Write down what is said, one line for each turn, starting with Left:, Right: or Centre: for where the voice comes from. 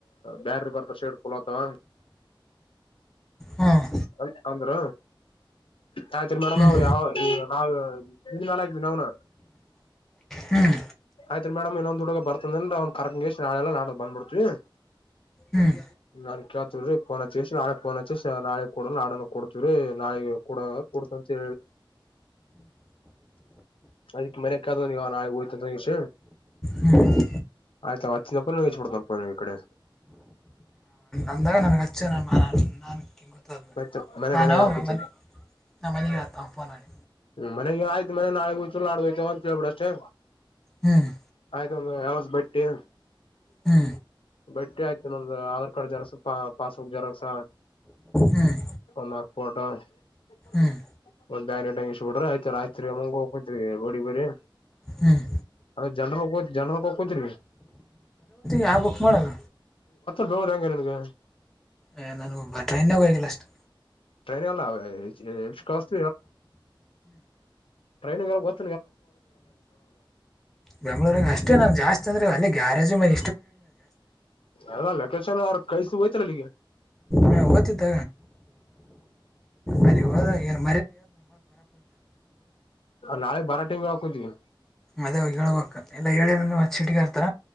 Left: ಬ್ಯಾರ ಬರ್ತ ಶೇಡ್ ಫಲ್ ಆತವ.
Centre: ಹ್ಮ್
Left: ಅ ಅಂದ್ರ. ಆಯ್ತ್ರಿ ಮೇಡಮ್
Centre: ಹ್ಮ್
Left: ನವು
Centre: ಹ್ಮ್
Left: ಯಾವ ನಾವವು ನಿದ ಮೇಲ ಆಗ್ತವಿ ನ್ನು.
Centre: ಹ್ಮ್.
Left: ಆಯ್ತ್ ಮೇಡಮ್ ಇನ್ನೊ್ ಹುಡುಗ ಬರ್ತಂದನ್ ಅವ್ ಕರ್ಕಂಗ ಇಷ್ಟ್ ನಾಳಲ್ಲಾಡದ ಬಂದ್ಬ ಬಿಡ್ತವಿ.
Centre: ಹ್ಮ್.
Left: ನಾನ್ ಕೇಳ್ತವ ರೀ ಪೋನ್ಚ್ ನಾಳೆ ಪೋನ್ಚನಳೆ ಕೊಡ ನಾಡ ಕೊಡ್ತೀವಿರೀ ನಾಳೆಗೆ ಕೊಡ. <unintelligible> ಅಂತಿ ಅದಕ್ ಮನೆ ಕ ನಾಳೆ ಹತ. ಹ.
Centre: ಹ್ಮ್
Left: ಆಯ್ತಾ ವಚಿನ ಪ ವಚ ಪಡ್ತ ಪ ನೀ ಇ ಕಡೆ.
Centre: ಅಂದಾಗ ನನಗೆಚ್ಚು. <unintelligible>
Left: ಆಯ್ತ ಮನೆ
Centre: ನಾನು
Left: ಮನೆಗೆ ಹಾಕೂತ
Centre: ಮನೆ ನಮ್ಮ ಮನೆಗೆ ಆತ ಫೋನ್ ಮಾಡಿ.
Left: ಮನೆ ಆಯ್ತ ಮನೆ ನಾಡ್ ಹೋಯ್ತ ನಾಡ್ ಹೋಯತವ ಅಂತೇಳ್ಬಿಡ್ ಅಷ್ಟೇ.
Centre: ಹ್ಮ್.
Left: ಆಯ್ತ ಯಾವಸ್ ಬಟ್ಟೆ.
Centre: ಹ್ಮ.
Left: ಬಟ್ಟಿ ಆಯ್ತು ನಮ್ದ ಆಧಾರ್ ಕಾರ್ಡ್ ಜರಕ್ಸ ಪ ಪಾಸ್ಬುಕ್ ಜರಕ್ಸ.
Centre: ಹ್ಮ್
Left: ಒಂದ್ ನಾಕ್ ಫೋಟೋ. <unintelligible>
Centre: ಹ್ಮ್
Left: ನೋಡ್ರಿ ಆಯ್ತ ಆಯ್ತ್ರಿ ಮಂಗ ಹೋಗಕತ್ ರೋಡಿ ಬ್ರರಿ.
Centre: ಹ್ಮ್
Left: ಅದ ಜನ್ರಲ್ ಜನರಲ್ಗೆ ಹೋಗಕ. <inaudible>
Centre: ಯ ಬುಕ್ ಮಾಡಣ.
Left: <unintelligible> ರಂಗ ನಿಂಗ.
Centre: ಹ ನಾನು ಒಬ್ಬ ಟ್ರೈನ್ಗ ಹೋಗಿಲ್ಲ ಅಷ್ಟು.
Left: ಟ್ರೈನ್ ಎಲ್ಲ ಎ ಕಾಸ್ಟ ಟ್ರೈನ್ ಗ. <unintelligible>
Centre: ಬೆಂಗ್ಳೂರ್ಗ ಅಷ್ಟೇ ನ ಜಾಸ್ತಿ ಅಂದ್ರೆ ಅಲ್ಲಿ ಗ್ಯಾರೇಜು ಮನ.
Left: ಅದ ಲೊಕೇಶನ್ ಅವ ಕಸ. <unintelligible>
Centre: ಹಾ ಓದ್ತಿದ್ದ ಅಲ್ಲಿ ಹೋದಾಗ ಏನ್.
Left: ನಾಳೆ ಬಾರಟೈಮವಕತವಿ. <unintelligible>
Centre: ಮದ್ಗ ಹೇಳ್ಬಕ್ ಎಲ್ಲ ಹೇಳಿಂದ್ರ ಮ ಚಿಟಗಾರ್ತಾರ.